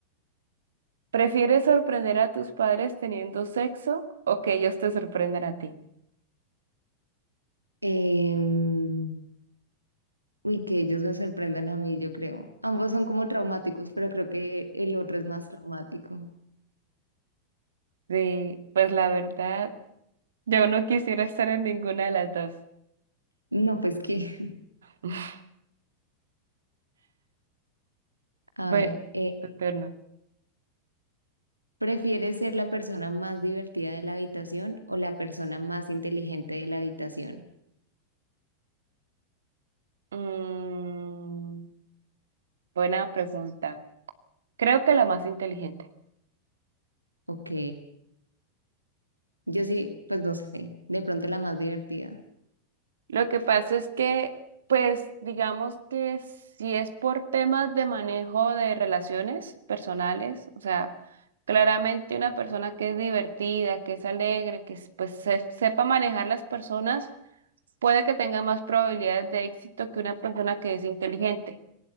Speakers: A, on the right (about 65°); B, on the right (about 85°).
A: ¿Prefieres sorprender a tus padres teniendo sexo o que ellos te sorprendan a ti?
B: Em, uy, que ellos me sorprendan a mí, yo creo. Ambos son como traumáticos, pero creo que el otro es más traumático.
A: Sí, pues la verdad, yo no quisiera estar en ninguna de las dos.
B: No, pues que,
A: <laughs>
B: <laughs> a
A: Bueno,
B: ver, eh,
A: tu turno.
B: ¿prefieres ser la persona más divertida de la habitación o la persona más inteligente de la habitación?
A: Mm, buena pregunta. Creo que la más inteligente.
B: Ok, yo sí, pues no sé, de pronto la más divertida.
A: Lo que pasa es que, pues, digamos que si es por temas de manejo de relaciones personales, o sea, claramente una persona que es divertida, que es alegre, que s- pues se- sepa manejar las personas, puede que tenga más probabilidades de éxito que una persona que es inteligente.